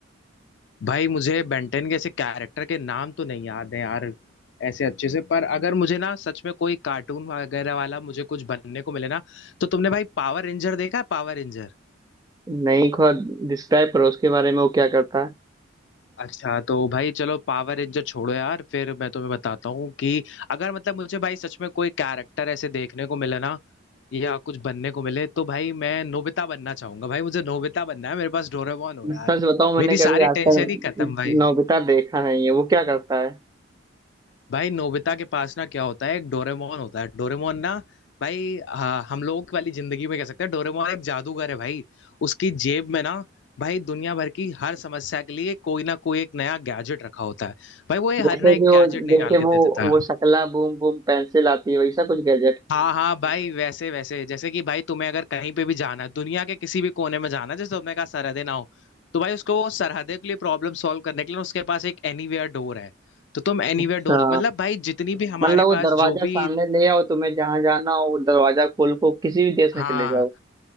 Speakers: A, on the left (about 60°); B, on the right (about 20°).
A: भाई मुझे बेंटन के ऐसे कैरेक्टर के नाम तो नहीं याद है यार ऐसे अच्छे से पर अगर मुझे ना सच में कोई कार्टून वगैरह वाला मुझे कुछ बनने को मिले ना तो तुमने भाई पावर रेंजर देखा है पावर रेंजर
B: नहीं खुद डिस्क्राइब करो उसके बारे में वो क्या करता है
A: अच्छा तो भाई चलो पावर रेंजर छोड़ो यार फिर मैं तुम्हें बताता हूँ कि अगर मतलब मुझे भाई सच में कोई कैरेक्टर ऐसे देखने को मिले ना या कुछ बनने को मिले तो भाई मैं नोबिता बनना चाहूंगा भाई मुझे नोबिता बनना है मेरे पास डोरेमोन हो यार
B: सच बताऊं मैंने
A: मेरी
B: कभी
A: सारी
B: आज
A: टेंशन
B: तक
A: ही खत्म भाई
B: नोबिता देखा नहीं है वो क्या करता है
A: भाई नोबिता के पास ना क्या होता है एक डोरेमोन होता है डोरेमोन ना भाई हाँ, हम लोगों वाली जिंदगी में कह सकते हैं डोरेमोन एक जादूगर है भाई उसकी जेब में ना भाई दुनिया भर की हर समस्या के लिए कोई ना कोई एक नया गैजेट रखा होता है भाई वो ये
B: जैसे
A: हर नया एक
B: कि वो
A: गैजेट
B: जैसे
A: निकाल के
B: वो
A: दे देता है
B: वो शकला बूम बूम पेंसिल आती है वैसा कुछ गैजेट
A: हाँ हाँ भाई वैसे वैसे जैसे कि भाई तुम्हें अगर कहीं पे भी जाना है दुनिया के किसी भी कोने में जाना है जैसे तुमने कहा सरहदें ना हो तो भाई उसको वो सरहदे के लिए प्रॉब्लम सॉल्व करने के लिए उसके पास एक एनीवेयर डोर है तो तुम एनीवेयर
B: अच्छा
A: डोर मतलब भाई जितनी भी हमारे
B: मतलब वो
A: पास
B: दरवाजा
A: जो भी
B: सामने ले आओ तुम्हें जहां जाना हो वो दरवाजा खोल को किसी भी देश
A: हाँ
B: में चले जाओ